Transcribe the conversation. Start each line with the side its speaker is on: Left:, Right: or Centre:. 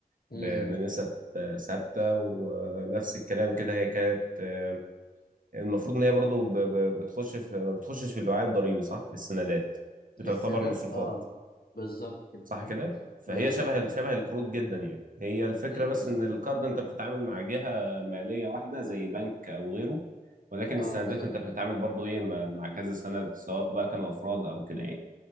Left: امم
Right: ب- بنسب آه، ثابتة ونفس الكلام كده هي كانت آه، المفروض ان هي برضه ب- ب- بتخش في ما بتخشش في الوعاء الضريبي صح السندات بتعتبر
Left: السندات
Right: مصروفات
Left: اه بالظبط كده
Right: صح كده فهي
Left: بالظبط
Right: شبه
Left: مظبوط.
Right: شبه القروض جدا يعني هي الفكره
Left: م-
Right: بس
Left: م.
Right: ان القرض انت بتتعامل مع جهه ماليه واحده زي بنك او غيره ولكن
Left: اه
Right: السندات
Left: بالظبط
Right: انت بتتعامل برضو ايه مع مع كذا سند سواء بقى كانوا افراد او كده يعني